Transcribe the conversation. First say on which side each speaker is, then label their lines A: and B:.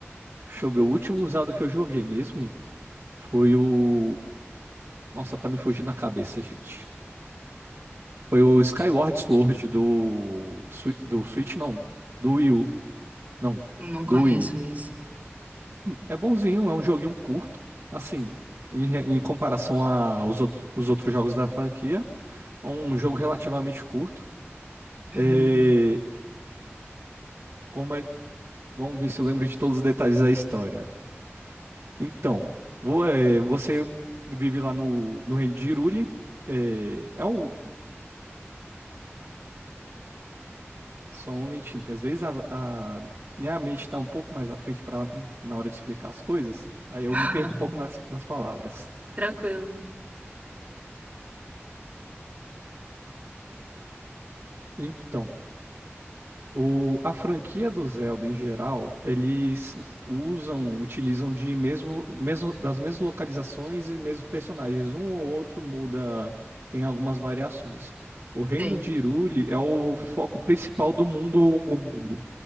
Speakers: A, on the right; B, on the right.
A: deixa eu ver, o último usado que eu joguei mesmo foi o. Nossa, tá me fugindo a cabeça, gente. Foi o Skyward Sword do. Swi- Do Switch, não. Do Wii U. Não.
B: Não
A: Do
B: conheço
A: Wii.
B: esse.
A: É, é bonzinho, é um joguinho curto, assim, em, re- em comparação aos outros, os outros jogos da franquia, é um jogo relativamente curto.
B: Uhum.
A: É, como é, vamos ver se eu lembro de todos os detalhes da história. Então, vo- é, você vive lá no, no reino de Hyrule, é, é o, só um momentinho, que às vezes a, a minha mente está um pouco mais à frente pra, na hora de explicar as coisas, aí eu
B: <laughs>
A: me perco um pouco nas nas palavras.
B: Tranquilo.
A: Então, O, a franquia do Zelda em geral, eles usam, utilizam de mesmo, mesmo das mesmas localizações e mesmos personagens. Um ou outro muda, tem algumas variações. O Reino
B: Sei.
A: de Hyrule é o foco principal do mundo